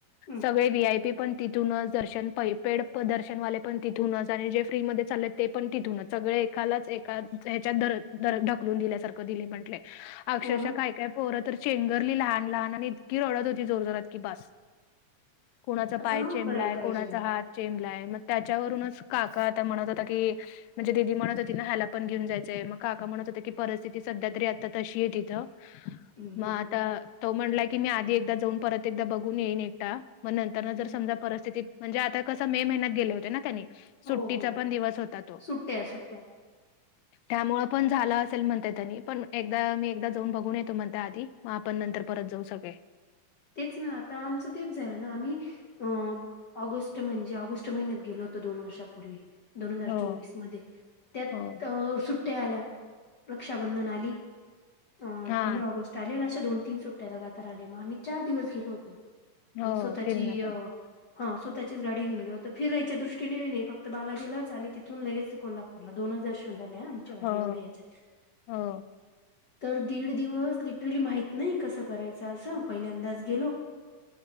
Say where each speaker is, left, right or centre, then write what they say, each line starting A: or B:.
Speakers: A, on the left (about 65°); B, on the left (about 80°).
A: हम्म
B: सगळे वी आय पी पण तिथूनच, दर्शन प पेड दर्शनवाले पण तिथूनच, आणि जे फ्री म चालले ते पण तिथूनच. सगळे एखालाच एका हच्यात दर दर-ढकलून दिल्यासारख दिले म्हटले. अक्षरशा
A: हो ना
B: काय काय पोरं तर चेंगरली लहान लहान आणि इतकी रडत होती जोर जोरात की बस. कोणाचा
A: असं
B: पाय
A: नको
B: चेमलाय,
A: करायला पाहिजे
B: कोणाचा
A: ना
B: हात जचेमलाय मग त्याच्यावरूनच काका आता म्हणत होता की, म्हणजे दिदी म्हणत होती ना ह्याला पण घेऊन जायचंय मग काका म्हणत होतं की परिस्थिती सध्या तरी आता तशी आहे तिथं.
A: हम्म
B: म
A: हम्म
B: तर तो म्हणटलाय की मी आधी एकदा जाऊन परत एकदा बघून येईन एकटा म्ह ता जर
A: हम्म
B: समजा परिस्थितीत म्हणजे आता कसं मे महिन्यात गेले होते ना त्यांनी. सुट्टीचा
A: हो हो
B: पण दिवस होता तो.
A: सुट्ट्या सुट्ट्या
B: त्यामुळे पण झालं असेल म्हणता तनी पण एकदा मी एकदा, जाऊन बघून येतो म्हण त्या आधी मग आपण नंतर परत जाऊ सगळे
A: तेच ना आता आमचं तेच झालं ना आम्ही अ ऑगस्ट म्हणजे ऑगस्ट महिन्यात गेलोत दोन वर्षापूर्वी दोन हजार
B: हो,
A: चोवीस म त्या
B: हो,
A: आल्या रक्षाबंधन आली अ
B: हा,
A: पंधरा ऑगस्ट आले ना अशा दोन तीन सुट्ट्याला गातहिले मग आम्ही चार दिवस गेलो होतो
B: हो
A: आणि स्वतःची
B: फिरणं पण.
A: हां सो त्याची गाडी घेऊन गेलो तर फिरायच्या दृष्टीनेी नाही फक्त बालाजीलाच आणि तिथून लगेच ते कोल्हापू र मला दोनच दर्शन झाले आमच्या व
B: हो,
A: एवढ्या याच्यात
B: हो
A: तर दीड दिवस लिटरली माहत नाही कसं करायचं असं पहिल्यांदाच गेलो